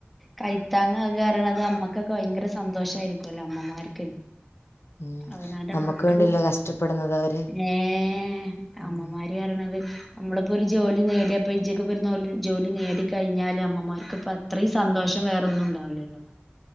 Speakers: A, in the centre; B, on the left (about 65°).
A: കൈത്താങ്ങാകാ പറേണത് അമ്മക്കൊക്കെ ഭയങ്കര സന്തോഷായിരിക്കുവല്ലോ അമ്മമാർക്ക്
B: ഉം
A: അവനാന്റെ
B: നമ്മുക്ക്
A: മക്കള്
B: വേണ്ടിയല്ലേ കഷ്ടപ്പെടുന്നത് അവര്
A: ഏഹ്
B: ഉം.
A: അമ്മമാര് പറയ്ണത് നമ്മളിപ്പോ ഒരു ജോലി നേടിയപ്പൊ ഇജ്ജക്കെപോ ജോലി നേടി കഴിഞ്ഞാല് അമ്മമാർക്ക്പ്പൊ അത്രീം സന്തോഷം വേറൊന്നും ഉണ്ടാവൂല്ലല്ലോ